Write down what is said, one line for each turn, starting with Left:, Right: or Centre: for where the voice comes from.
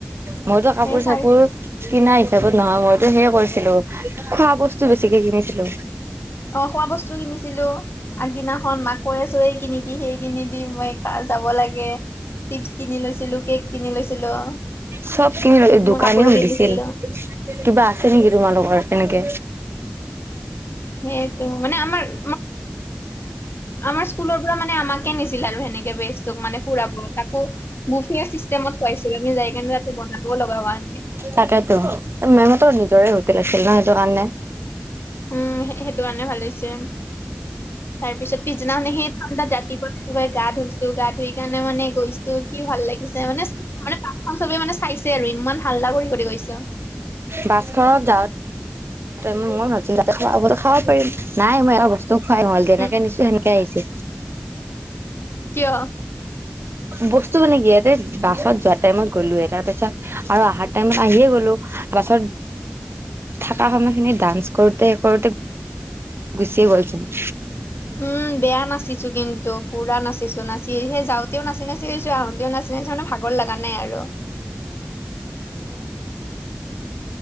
Right: মইতো কাপোৰ
Left: সেই
Right: চাপোৰ
Left: চাৰি
Right: কিনা হিচাপত নহয় মইতো সেইয় কৰিছিলো খোৱা বস্তু বেছিকে কিনিছিলো।
Left: অ খোৱা বস্তু কিনিছিলো আগদিনাখন মাকৈ চোৰে কিনি দি সেই কিনি দিম মই যাব লাগে চিপচ কিনি লৈছিলো কেক কিনি লৈছিলো
Right: চব কিনি
Left: মই
Right: দোকানীও
Left: কাপোৰো
Right: সুধিছিল
Left: কিনিছিলো
Right: কিবা আছে নেকি তোমালোকৰ এনেকে
Left: সেইটো মানে আমাৰ আমাৰ স্কুলৰ পৰা মানে আমাকে নি। <unintelligible> বল ভগৱান
Right: তাকেতো মেহঁতৰ নিজৰে সু্ত লাগছিল ন সেইটো কাৰণে
Left: উম সেইটো কাৰণে ভাল হৈছে তাৰ পিছত পিছদিনাখানে সেই ঠ তাত ৰাতিপুৱা একবাৰে গা ধুইছো গা ধুই কাৰণে মানে গৈছো তো কি ভাল লাগিছে মানে। মানে পাৰ্কখন চবে মানে চাইছে আৰু ইমান হাল্লা কৰি - কৰি গৈছোঁ।
Right: বাছখনত যাওঁ তে মই ভাবিছোঁ <unintelligible> তে খাব পাৰিম। নাই মই এটা তো খুৱাই নহল। যেনেকে
Left: উম
Right: নিছোঁ সেনেকে আহিছে।
Left: কিয়?
Right: বস্তু মানে কি, ইয়াতে বাছত যোৱা টাইমত গ'লোঁৱে। তাৰ পিছত, আৰু অহাৰ টাইমত আহিয়ে গ'লোঁ। বাছত
Left: <inaudible>
Right: থাকা সময়খিনি ডান্স কৰোঁতে - কৰোঁতে গুচিয়ে গ'লচোন।
Left: উম, বেয়া নাছি ছোঁ কিন্তু। পুৰা নাচিছোঁ। নাচি সেই যাওঁতেও নাচি-নাচি আহিছোঁ, আহোঁতেও নাচি-নাচি মানে ভাগৰ লাগা নাই আৰু। অ'। এ